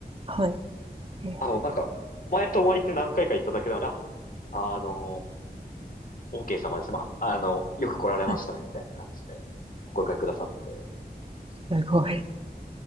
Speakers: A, on the right (about 35°); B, on the left (about 55°).
A: はい。え
B: あの、なんか、前泊まりって何回か行っただけなので、あ、あの、OK 様です。まあ、あの、よく来られましたね、
A: ーはい。
B: みたいな感じで、お声掛けくださって。
A: すごい。